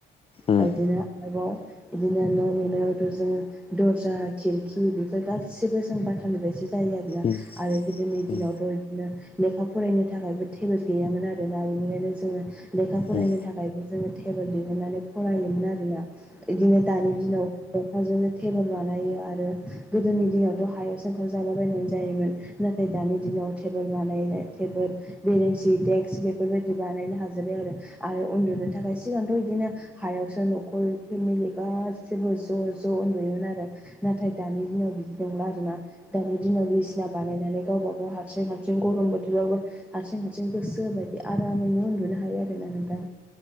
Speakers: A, on the left; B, in the centre.
A: उम
B: बिदिनो आरोबाव बिदिनो न' लुनायावथ' जोङो दर्जा खिरखि बेफोर गासिबो जों बाथारनिफ्रायसो जायो आरोना
A: उम
B: आरो गोदोनि दिनावथ'
A: उम
B: बिदिनो। लेखा फरायनो थाखायबो टेबोट गैयामोन आरोना बेनिखायनो जोङो लेखा फरायनो
A: उम
B: थाखायबो जोङो टेबोल दिहुननानै फरायोमोन आरोना। बिदिनो दानि दिनाव दंफांजोंनो थटेबोल बानायो आरो गोदोनि दिनावथ'। हायाव सोंखाव जला बायनानै जायोमोन नाथाय दानि दिनाव टेबोल मार बानायनाय टेबोल बेनिन्सि दडेक्स बेफोरबायदि बानायनो हाजोबबाय आरो आरो उन्दुनो थाखाय सिगांथ' बिदिनो हायावसो न'खर फेमिलि गासैबो ज' ज' उन्दुयोमोन आरो नाथाय दानि दिनाव बिदि दंला आर ना दानि दिनाव बिदिसिना बानायनानै गावबा गाव हारसिं हार बिों गरम बोथोरावाबबो हारथिं हारथिं गोसो बायदि आरामैनो उन्दुनो हायो आरोना नोंथां